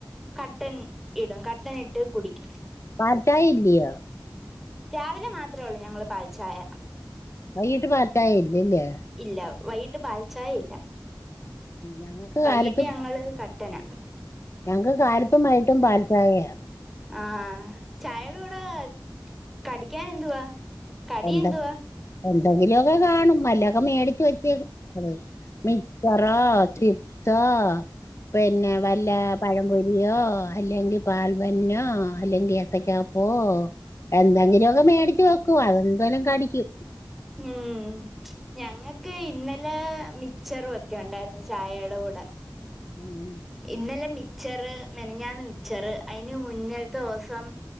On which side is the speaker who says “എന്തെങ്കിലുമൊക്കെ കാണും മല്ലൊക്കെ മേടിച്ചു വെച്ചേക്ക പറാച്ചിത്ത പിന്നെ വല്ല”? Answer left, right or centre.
Left